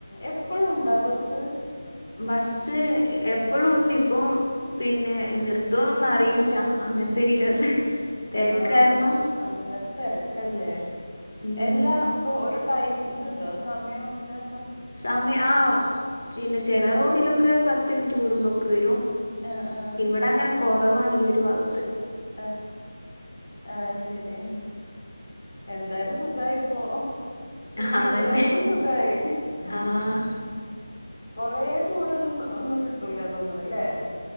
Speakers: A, on the left (about 30°); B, on the left (about 60°).
A: എപ്പഴും ഉണ്ടോ ബസ്?
B: ബസ്സ് എപ്പോഴും ഉണ്ട് ഇപ്പൊ പിന്നെ നിർത്തോന്നൊന്നും അറിയില്ല. അങ്ങനത്തെരിലല്ലേ തിരക്ക്
A: ആഹ്
B: കാരണം.
A: അങ്ങത്തെ തിരക്കല്ലേ
B: ഉം
A: എല്ലാ ഇപ്പൊ ഒരു ടൈം ഇതുണ്ടോ സമയം പിന്നെ.
B: സമയം ആ പിന്നെ ചില റോഡിലൊക്കെ പത്ത് മിനിറ്റ് കൂടുമ്പോക്കെ വരും.
A: ആഹ് ആഹ്
B: ഇവിടെ അങ്ങനെ കുറവാണ് ഈ ഒരു ഭാഗം.
A: ആ ആ ശരി. എന്തായാലും സുഖായി ഇപ്പോ.
B: ആഹ്
A: കിട്ടണോർക്ക്
B: അതന്നെ
A: സുഖായി
B: ആഹ്
A: ഉം. കൊറേ ദൂരം ഒ ഒന്നും കിട്ടൂല തോന്ന് ണല്ലേ?